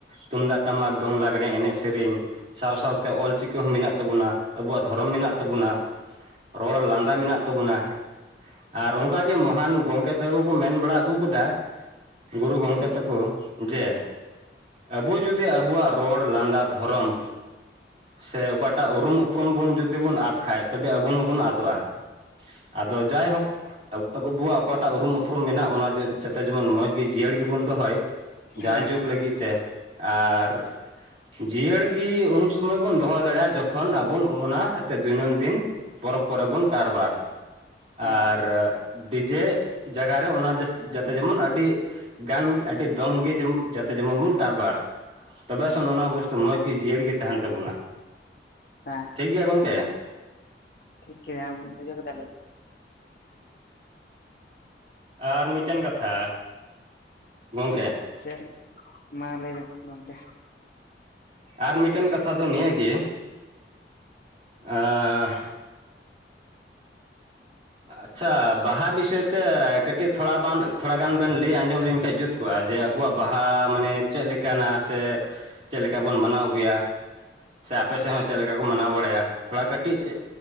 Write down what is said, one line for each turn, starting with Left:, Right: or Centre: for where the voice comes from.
Right: ᱛᱩᱢᱫᱟᱜᱼᱴᱟᱢᱟᱠ ᱫᱚᱝ, ᱞᱟᱜᱽᱲᱮ ᱮᱱᱮᱡ ᱥᱮᱨᱮᱧ ᱥᱟᱶ ᱥᱟᱶᱶᱛᱮ ᱚᱞ ᱪᱤᱠᱤ ᱦᱚᱸ ᱢᱮᱱᱟᱜ ᱛᱟᱵᱚᱱᱟ, ᱟᱵᱚᱣᱟᱜ ᱫᱷᱚᱨᱚᱢ ᱢᱮᱱᱟᱜ ᱛᱟᱵᱚᱱᱟ᱾ ᱨᱚᱲ ᱞᱟᱸᱫᱟ ᱢᱮᱱᱟᱜ ᱛᱟᱵᱚᱱᱟ᱾ ᱟᱨ ᱚᱱᱠᱟᱜ ᱜᱮ ᱢᱚᱦᱟᱱ ᱜᱚᱝᱠᱮ ᱛᱟᱠᱚ ᱠᱚ ᱢᱮᱱ ᱵᱟᱲᱟ ᱟᱹᱜᱩ ᱟᱠᱟᱫᱟ᱾ ᱜᱩᱨᱩ ᱜᱚᱢᱠᱮ ᱛᱟᱠᱚ ᱡᱮ ᱟᱵᱚ ᱡᱩᱫᱤ ᱟᱵᱚᱣᱟᱜ ᱨᱚᱲ ᱞᱟᱸᱫᱟ ᱫᱷᱚᱨᱚᱢ, ᱥᱮ ᱚᱠᱟᱴᱟᱜ ᱩᱨᱩᱢ ᱩᱯᱨᱩᱢ ᱵᱚᱱ ᱡᱩᱫᱤ ᱵᱚᱱ ᱟᱫ ᱠᱷᱟᱡ ᱛᱚᱵᱮ ᱟᱵᱚ ᱦᱚᱸᱵᱚᱱ ᱟᱫᱚᱜᱼᱟ ᱟᱫᱚ ᱡᱟᱭᱦᱳᱠ ᱟᱵᱚᱣᱟᱜ ᱚᱠᱟᱴᱟᱜ ᱩᱨᱩᱢ ᱩᱯᱨᱩᱢ ᱢᱮᱱᱟᱜᱼᱟ ᱚᱱᱟ ᱡᱟᱛᱮ ᱡᱮᱢᱚᱱ ᱢᱚᱸᱡᱽ ᱜᱮ ᱡᱤᱭᱟᱹᱲ ᱜᱮᱵᱚᱱ ᱫᱚᱦᱚᱭ ᱡᱟᱭᱡᱩᱜᱽ
Left: ᱦᱳᱭ
Right: ᱞᱟᱹᱜᱤᱫ ᱛᱮ ᱟᱨ, ᱡᱤᱭᱟᱹᱲ ᱜᱤ ᱩᱱ ᱥᱩᱢᱟᱹᱭ ᱵᱚᱱ ᱫᱚᱦᱚ ᱫᱟᱲᱮᱭᱟᱜᱼᱟ ᱡᱚᱠᱷᱚᱱ ᱟᱵᱚ ᱚᱱᱟ ᱟᱛᱮ ᱫᱤᱱᱟᱹᱢᱫᱤᱱ ᱯᱚᱨᱚᱵᱽ ᱠᱚᱨᱮ ᱵᱚᱱ ᱠᱟᱨᱵᱟᱨ ᱟᱨ
Left: ᱦᱳᱭ
Right: ᱰᱤᱡᱮ ᱡᱟᱭᱜᱟ ᱨᱮ ᱚᱱᱟ ᱡᱟᱛᱮ ᱡᱮᱢᱚᱱ ᱟᱹᱰᱤ ᱜᱟᱱ ᱟᱹᱰᱤ ᱫᱚᱢ ᱜᱮᱮ ᱡᱟᱛᱮ ᱡᱮᱢᱚᱱ ᱵᱚᱱ ᱠᱟᱨᱵᱟᱨ᱾ ᱛᱚᱵᱮ ᱥᱮ ᱚᱱᱟ ᱵᱚᱥᱛᱩ ᱢᱚᱸᱡᱽ ᱜᱮ ᱡᱤᱭᱟᱹᱲ ᱜᱮ ᱛᱟᱦᱮᱱ ᱛᱟᱵᱚᱱᱟ᱾
Left: ᱦᱮᱸ
Right: ᱴᱷᱤᱠᱜᱮᱭᱟ ᱜᱚᱝᱠᱮ?
Left: ᱴᱷᱤᱠ ᱜᱮᱭᱟ ᱵᱩᱡᱷᱟᱹᱣ ᱠᱮᱫᱟᱞᱤᱧ᱾
Right: ᱟᱨ ᱢᱤᱫᱴᱮᱱ ᱠᱟᱛᱷᱟ ᱜᱚᱢᱠᱮ᱾
Left: ᱪᱮᱫ ᱢᱟ ᱞᱟᱹᱭ ᱵᱮᱱ ᱜᱚᱢᱠᱮ
Right: ᱟᱨ ᱢᱤᱫᱴᱮᱱ ᱠᱟᱛᱷᱟ ᱫᱚ ᱱᱤᱭᱟᱹ ᱜᱮ ᱟᱨ ᱟᱪᱪᱷᱟ ᱵᱟᱦᱟ ᱵᱤᱥᱚᱭ ᱛᱮ ᱠᱟᱹᱴᱤᱡ ᱛᱷᱚᱲᱟ ᱵᱟᱱ ᱛᱷᱚᱲᱟ ᱜᱟᱱ ᱵᱮᱱ ᱞᱟᱹᱭ ᱟᱸᱡᱚᱢ ᱞᱤᱧ ᱠᱷᱟᱱ ᱡᱩᱛ ᱠᱚᱜᱼᱟ ᱡᱮ ᱟᱵᱚᱣᱟᱜ ᱵᱟᱦᱟ ᱢᱟᱱᱮ ᱪᱮᱫ ᱞᱮᱠᱟᱱᱟ ᱥᱮ ᱪᱮᱫ ᱞᱮᱠᱟ ᱵᱚᱱ ᱢᱟᱱᱟᱣᱜᱩᱭᱟ ᱥᱮ ᱟᱯᱮ ᱥᱮᱫ ᱦᱚᱸ ᱪᱮᱫ ᱞᱮᱠᱟ ᱠᱚ ᱢᱟᱱᱟᱣ ᱵᱟᱲᱟᱭᱟ ᱛᱷᱚᱲᱟ ᱠᱟᱹᱴᱤᱡ ᱪᱮᱫ